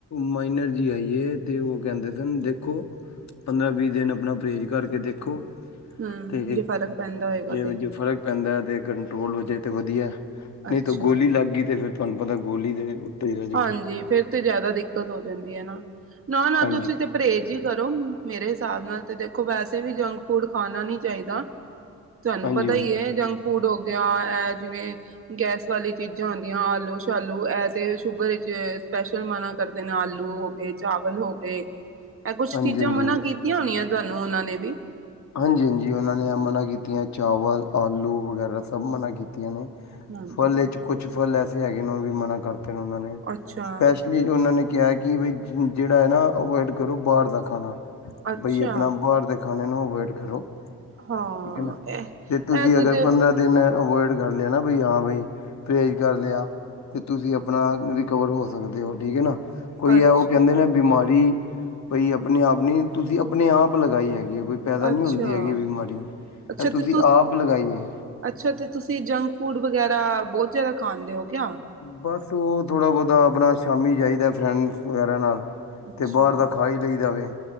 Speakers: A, on the left; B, on the right.
A: ਮਾਈਨਰ ਜੀ ਆਈ ਏ। ਤੇ ਓ ਕੈਂਦੇ ਸਨ ਦੇਖੋ ਪੰਦਰਾਂ- ਵੀਹ ਦਿਨ ਆਪਣਾ ਪਰੇਜ਼ ਕਰਕੇ ਦੇਖੋ।
B: ਹਮ
A: ਤੇ
B: ਜੇ ਫ਼ਰਕ ਪੈਂਦਾ ਹੋਏਗਾ
A: ਜੇ
B: ਤੇ
A: ਵਿਚ ਫਰਕ- ਪੈਂਦਾ ਤੇ ਕੰਟਰੋਲ ਓ ਜੇ ਤੇ ਵਧੀਆ। ਨਈ
B: ਅੱਛਾ
A: ਤੇ ਗੋਲੀ ਲੱਗ ਗਈ ਤੇ ਫੇਰ ਤਾਨੂੰ ਪਤਾ ਗੋਲੀ ਦੇ- ਹੀ ਰਹਿ ਜਾਓਗੇ
B: ਹਾਂਜੀ। ਫੇਰ ਤੇ ਜੈਦਾ ਦਿੱਕਤ ਹੋ ਜਾਂਦੀ ਏ ਨਾ। ਨਾ- ਨਾ
A: ਹਾਂਜੀ
B: ਤੁਸੀਂ ਤੇ ਪਰੇਜ਼ ਈ- ਕਰੋ। ਮੇਰੇ ਹਿਸਾਬ ਨਾਲ ਤੇ ਦੇਖੋ ਵੈਸੇ ਵੀ ਜੰਕ ਫੂਡ ਖਾਣਾ ਨੀ ਚਾਈਦਾ। ਤੁਹਾਨੂੰ
A: ਹਾਂਜੀ
B: ਪਤਾ
A: ਹਾਂਜੀ
B: ਹੀ ਜੰਗ ਫੂਡ ਹੋ ਗਿਆ। ਏ ਜਿਵੇਂ ਗੈਸ ਵਾਲੀ ਚੀਜ਼ਾਂ ਹੁੰਦੀਆਂ ਦੀਆਂ। ਆਲੂ -ਸ਼ਾਲੂ ਇਹ ਤੇ ਸ਼ੂਗਰ ਵਿੱਚ ਸਪੈਸ਼ਲ ਮਨਾ ਕਰਦੇ ਨੇ ਆਲੂ ਹੋ ਗਏ, ਚਾਵਲ ਹੋ ਗਏ। ਇਹ ਕੁਛ
A: ਹਾਂਜੀ
B: ਚੀਜ਼ਾਂ
A: ਹਾਂਜੀ
B: ਮਨਾ ਕੀਤੀਆਂ ਹੋਣੀਆਂ। ਤੁਹਾਨੂੰ ਉਹਨਾਂ ਨੇ ਵੀ
A: ਹਾਂਜੀ -ਹਾਂਜੀ ਉਹਨਾਂ ਨੇ ਏ ਮਨਾ ਕੀਤੀਆਂ ਚਾਵਲ, ਆਲੂ ਵਗੈਰਾ ਸਭ ਮਨਾ ਕੀਤਾ ਨੇ
B: ਹਾਂਜੀ।
A: ਫਲ ਚ ਕੁਛ ਫਲ ਐਸੇ ਹੈਗੇ ਨੇ। ਓ ਵੀ ਮਨਾ ਕਰਤੇ ਨੇ ਉਹਨਾਂ ਨੇ।
B: ਅੱਛਾ,
A: ਸਪੈ ਉਹਨਾਂ ਨੇ ਕਿਹਾ ਕਿ ਬਈ ਜਿਹੜਾ ਹੈ। ਨਾ ਅਵੋਇਡ ਕਰੋ ਬਾਹਰ ਦਾ ਖਾਣਾ
B: ਅੱਛਾ
A: ਬਈ ਆਪਣਾ ਬਾਹਰ ਦੇ ਖਾਣੇ ਨੂੰ ਅਵਾਇਡ ਕਰੋ
B: ਹਾਂ
A: ਠੀਕ ਹੈ ਨਾ।
B: ਇਹ
A: ਤੇ ਤੁਸੀਂ
B: ਇਹ
A: ਅਗਰ
B: ਦੇ
A: ਪੰਦਰਾਂ ਦਿਨ ਅਵੋਇਡ ਕਰ ਲਿਆ ਨਾ। ਬਈ ਹਾਂ ਬਈ ਪਰਹੇਜ਼ ਕਰ ਲਿਆ। ਤੇ ਤੁਸੀਂ ਆਪਣਾ ਰਿਕਵਰ ਹੋ ਸਕਦੇ ਹੋ। ਠੀਕ ਹੈ ਨਾ। ਕੋਈ
B: ਅੱਛਾ,
A: ਹੈ ਉਹ ਕਹਿੰਦੇ ਨੇ ਬਿਮਾਰੀ ਬਈ ਆਪਣੇ ਆਪ ਨੀ। ਤੁਸੀਂ ਆਪਣੇ ਆਪ ਲਗਾਈ ਹੈਗੀ ਹੈ ਕੋਈ ਪੈਦਾ ਨਹੀ
B: ਅੱਛਾ,
A: ਹੁੰਦੀ ਹੈਗੀ ਬਿਮਾਰੀ।
B: ਅੱਛਾ
A: ਇਹ ਤੁਸੀਂ
B: ਤੇ
A: ਆਪ ਲਗਾਈਏ।
B: ਅੱਛਾ। ਤੇ ਤੁਸੀਂ ਜੰਕ ਫੂਡ ਵਗੈਰਾ ਬਹੁਤ ਜ਼ਿਆਦਾ ਖਾਂਦੇ ਹੋ ਕਯਾ
A: ਬਸ ਓਹ ਥੋੜ੍ਹਾ ਬਹੁਤਾ। ਆਪਣਾ ਸ਼ਾਮੀ ਜਾਈਦਾ ਫਰੈਂਡ ਵਗੇਰਾ ਨਾਲ
B: ਅੱਛਾ।
A: ਤੇ ਬਾਹਰ ਦਾ ਖਾ ਈ ਲਈਦਾ ਵੇ।